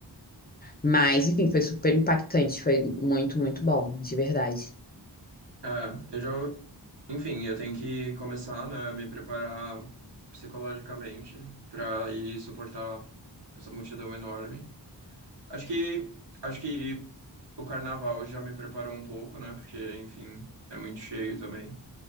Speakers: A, on the left (about 25°); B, on the right (about 75°).
A: mas, enfim, foi super impactante, foi muito, muito bom, de verdade.
B: É, eu já, enfim, eu tenho que começar, né, a me preparar psicologicamente pra ir suportar essa multidão enorme. Acho que acho que o carnaval já me preparou um pouco, né? Porque, enfim, é muito cheio também.